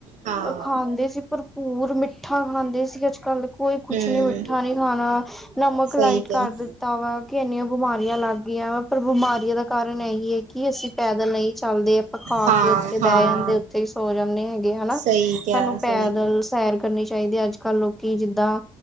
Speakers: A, on the right (about 55°); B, in the centre.
A: ਹਾਂ
B: ਖਾਂਦੇ ਸੀ, ਭਰਪੂਰ ਮਿੱਠਾ ਖਾਂਦੇ ਸੀ ਅੱਜ-ਕੱਲ ਕੋਈ ਕੁਛ
A: ਹੂੰ
B: ਨੀ, ਮਿੱਠਾ ਨਹੀ ਖਾਣਾ। ਨਮਕ
A: ਸਹੀ
B: ਲਾਈਟ
A: ਕਿਹਾ
B: ਕਰ ਦਿੱਤਾ ਵਾ, ਕਿ ਇੰਨੀਆਂ ਬਿਮਾਰੀਆਂ ਲੱਗ ਗਈਆਂ ਵਾ, ਪਰ ਬਿਮਾਰੀਆਂ ਦਾ ਕਾਰਨ ਐਹੀ ਹੈ ਕਿ ਅਸੀਂ ਪੈਦਲ ਨਹੀਂ ਚੱਲਦੇ, ਆਪਾ ਖਾਕੇ
A: ਹਾਂ
B: ਉੱਥੇ
A: ਹਾਂ
B: ਬਹਿ ਜਾਂਦੇ, ਉੱਥੇ ਸੋ ਜਾਂਦੇ ਹੈਗੇ ਹਨਾ,
A: ਸਹੀ ਕਿਹਾ
B: ਸਾਨੂੰ ਪੈਦਲ
A: ਸਹੀ ਕਿਹਾ
B: ਸੈਰ ਕਰਨੀ ਚਾਹੀਦੀ ਏ, ਅੱਜ-ਕੱਲ ਲੋਕੀ ਜਿੱਦਾਂ